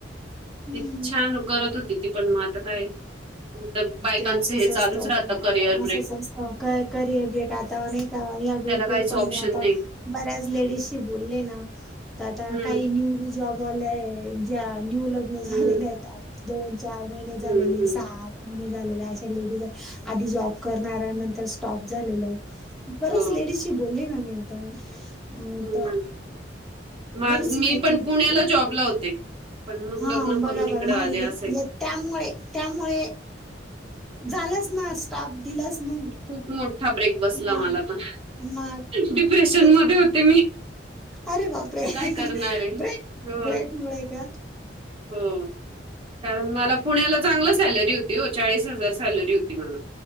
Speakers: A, in the centre; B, on the right (about 30°).
A: हम्म
B: ती छान करत होती ती पण म आता काय तर बायकांचं
A: ते असंच
B: हे चालूच
A: असतं.
B: राहतं करिअर ब्रेक
A: असंच असतं करिअर ब्रेक आता अनेक या ग्रुप
B: त्याला काहीच
A: वर पण
B: ऑप्शन
A: मी आता
B: नाही.
A: बऱ्याच लेडीजशी बोलले ना, तर आता
B: हम्म
A: काही न्यूली जॉब वाल्या ज्या न्यू लग्न झालेल्या
B: हम्म
A: आहेत त्या दोन, चार महिने झालेले
B: हम्म हम्म
A: सहा महिने झालेल्या अशा लेडीजय, आधी जॉब करणाऱ्या नंतर स्टॉप झालेलं बऱ्याच
B: हो
A: लेडीजशी बोलले ना मी आता अ
B: हम्म,
A: तर
B: माझ
A: बरीच
B: मी
A: माहिती
B: पण
A: मिळते
B: पुण्याला जॉबला होते. पण मग
A: हा
B: लग्न
A: बघा
B: करून इकड
A: बरं
B: आले
A: मग ल-
B: असंय.
A: य- त्यामुळे त्यामुळे झालंच ना, स्टॉप दिलाच ना.
B: खूप मोठा ब्रेक बसला
A: मग
B: मला तर,
A: मग
B: डिप्रेशन
A: तेच
B: मध्ये होते मी.
A: अरे बापरे!
B: आता काय करणार आहे?
A: ब्रेक
B: हो,
A: ब्रेक मुळे का?
B: हो कारण मला पुण्याला चांगली सॅलरी होती हो चाळीस हजार सॅलरी होती मला